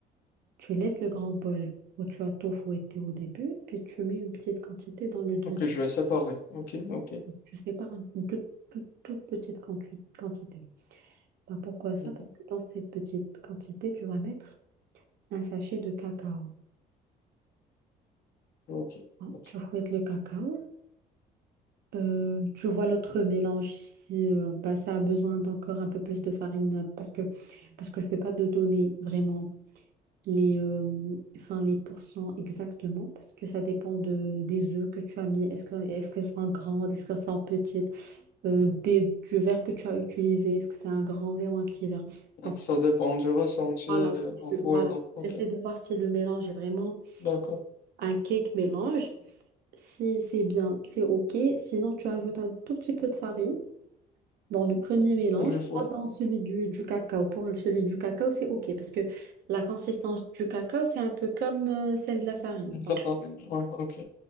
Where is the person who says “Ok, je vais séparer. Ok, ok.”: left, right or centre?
Left